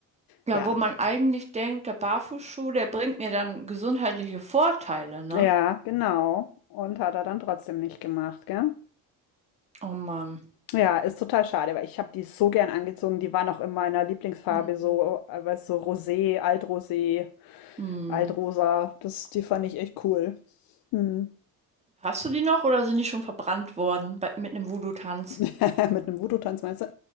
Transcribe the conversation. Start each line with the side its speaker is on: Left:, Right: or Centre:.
Right: Ja,
Left: Ja.
Right: wo man eigentlich denkt, der Barfußschuh, der bringt mir dann gesundheitliche Vorteile, ne?
Left: Ja, genau. Und hat er dann trotzdem nicht gemacht, gell?
Right: Oh Mann.
Left: Ja, ist total schade, weil ich habe die so gern angezogen. Die waren auch in meiner Lieblingsfarbe
Right: Hm.
Left: so, äh, weißt du, Rosé, Altrosé,
Right: Hm.
Left: Altrosa. Das, die fand ich echt cool. Hm.
Right: Hast du die noch oder sind die schon verbrannt worden bei, mit einem Voodoo-Tanz?
Left: <laughs> Mit einem Voodoo-Tanz meinst du?